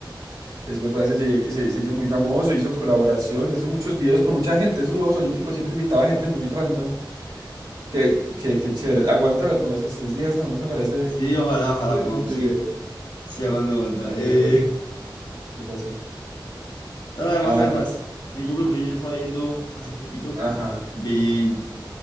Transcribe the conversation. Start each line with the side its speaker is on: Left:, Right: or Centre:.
Right: es verdad, ese JX se, se hizo muy famoso, hizo colaboraciones, hizo muchos videos con mucha gente, esos Juegos Olímpicos siempre invitaba gente muy random, que, que, que chévere, aguanta vernos estos días, ¿no? ¿No te parece
Left: Sí, ojalá, ojalá
Right: ver
Left: podamos,
Right: esos videos?
Left: sí. Sí, aguanta, aguanta.
Right: Ay,
Left: Eh,
Right: hombre, ¿qué pasó?
Left: <laughs> no, además,
Right: Ah,
Left: además,
Right: ya,
Left: sí, yo, por ejemplo, yo estaba viendo hace poquito,
Right: ajá.
Left: vi,